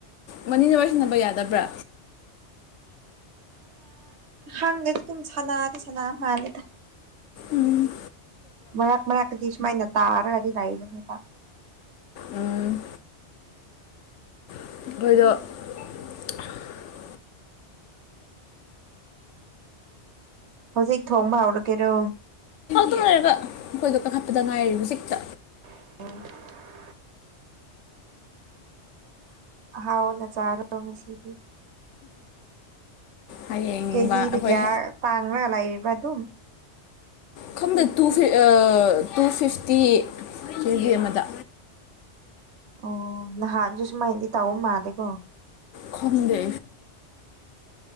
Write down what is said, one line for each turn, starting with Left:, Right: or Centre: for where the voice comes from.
Left: ꯃꯅꯤꯅꯁꯤꯟꯅꯕ ꯌꯥꯗꯕ꯭ꯔꯥ
Right: ꯍꯥꯡꯗꯦꯗ ꯑꯗꯨꯝ ꯁꯅꯥꯗꯤ ꯁꯅꯥ ꯃꯥꯜꯂꯦꯗ
Left: ꯎꯝ
Right: ꯃꯂꯛ ꯃꯂ ꯀ ꯁꯃ ꯏꯅ ꯇꯥꯔꯒꯔꯤ ꯂꯏꯗꯇ
Left: ꯎꯝ ꯑꯩꯈꯣꯏꯗ
Right: ꯍꯧꯖꯤꯛ ꯊꯣꯡꯕ ꯍꯧꯔꯛꯀꯦꯔꯣ
Left: ꯇ ꯉꯔꯒ ꯃꯈꯣꯏꯗꯣ ꯀꯥꯈꯠꯄꯗ ꯉꯥꯏꯔꯤꯕꯁꯤꯛꯇ
Right: ꯑꯣ ꯍꯥꯎ ꯅ ꯆꯥꯔꯣ ꯃꯁꯤꯗꯤ
Left: ꯍꯌꯦꯡꯕ
Right: ꯀꯦꯖꯤꯗ
Left: ꯑꯩꯈꯣꯏ
Right: ꯀꯌꯥ ꯇꯥꯡꯅꯒ ꯂꯩꯔꯤꯕ ꯑꯗꯨꯝ
Left: ꯈꯪꯗꯦ ꯇꯨ ꯇꯨ ꯐꯤꯐꯇꯤ ꯀꯖꯤ ꯑꯃꯗ
Right: ꯑꯣ ꯅꯍꯥꯟꯁꯨ ꯁꯨꯃꯥꯏꯅꯗꯤ ꯇꯥꯑꯣ ꯃꯥꯜꯂꯦꯀꯣ
Left: ꯈꯝꯗꯦ